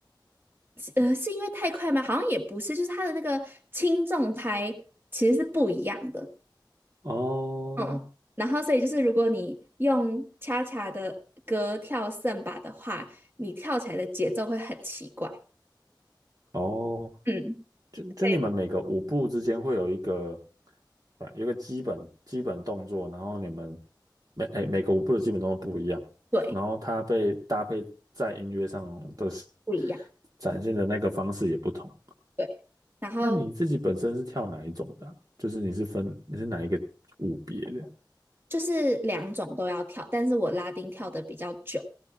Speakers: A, on the right; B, on the right.
A: 呃，是因为太快吗？好像也不是，就是它的那个轻重拍其实是不一样的，
B: 哦
A: 嗯，然后所以就是如果你用恰恰的歌跳圣巴的话，你跳起来的节奏会很奇怪，
B: 哦
A: 嗯，
B: 就就你们每个舞步之间会有一个，
A: 对
B: 啊，有一个基本基本动作，然后你们每哎每个舞步的基本动作不一样，
A: 对，
B: 然后它被搭配在音乐上的是
A: 不一样，
B: 展现的那个方式也不同。
A: 对，然后
B: 那你自己本身是跳哪一种的啊就是你是分你是哪一个舞别的？
A: 就是两种都要跳，但是我拉丁跳的比较久。